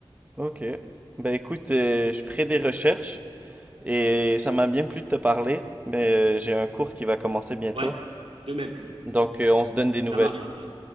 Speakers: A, on the right (about 15°); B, on the right (about 85°).
A: Ok. Ben, écoute, euh, je ferai des recherches et ça m'a bien plu de te parler, mais euh, j'ai un cours qui va commencer bientôt.
B: Ouais, de même.
A: Donc, euh, on se donne des nouvelles.
B: Ça marche, Gabriel.